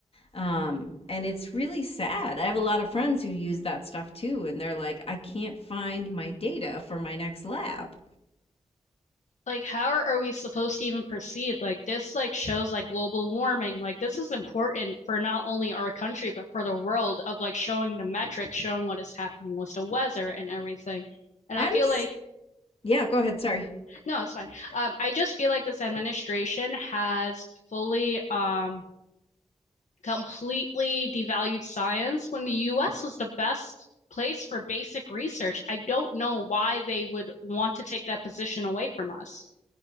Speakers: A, on the left; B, on the left.
A: Um, and it's really sad. I have a lot of friends who use that stuff too, and they're like, I can't find my data for my next lab.
B: Like, how are we supposed to even proceed? Like, this like shows like global warming. Like, this is important for not only our country but for the world of like showing the metrics, showing what is happening with the weather and everything. And
A: I'm,
B: I feel
A: s-
B: like
A: yeah, go ahead. Sorry.
B: no, it's fine. Um, I just feel like this administration has fully, um, completely devalued science when the U.S. was the best place for basic research. I don't know why they would want to take that position away from us.